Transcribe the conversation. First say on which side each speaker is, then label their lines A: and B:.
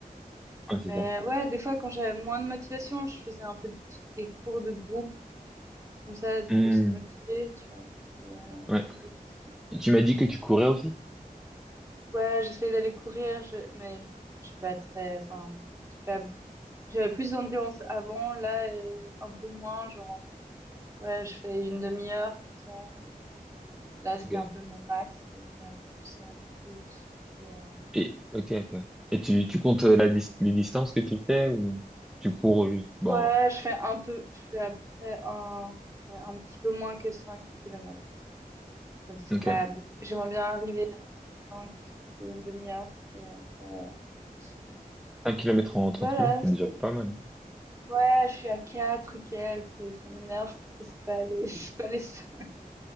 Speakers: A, in the centre; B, on the right (about 20°).
A: Ouais,
B: Mais
A: c'est ça.
B: ouais, des fois, quand j'avais moins de motivation, je faisais un peu de- des cours de groupe, comme ça,
A: Hmm,
B: pour se motiver, tu vois. Mais, euh,
A: Ouais.
B: parce que des fois, c'est cool.
A: Et tu m'as dit que
B: Ouais,
A: tu courais aussi?
B: ouais, j'essayais d'aller courir, je- mais je je suis pas très, enfin, je suis pas- j'avais plus d'endurance avant, là, euh, un peu moins, genre, ouais, je fais une demi-heure, comme ça. et puis, Là, c'était
A: Ok.
B: un peu mon max, et j'aimerais pousser un peu plus. Et, euh,
A: Et, ok, ok. Et tu, tu comptes euh, la dis- les distances que tu fais ou tu cours juste, bon,
B: ouais, je fais un peu, je fais à peu près un, ouais, un petit peu moins que cinq kilomètres Donc c'est
A: ok.
B: pas. beau- J'aimerais bien arriver à 5 sur une demi-heure. Et après, euh, plus.
A: Un kilomètre en trente
B: Voilà.
A: minutes, c'est
B: c'est-
A: déjà pas mal.
B: Ouais, je suis à 4 et quelques et ça m'énerve parce que c'est pas les, <laughs> c'est pas les cinq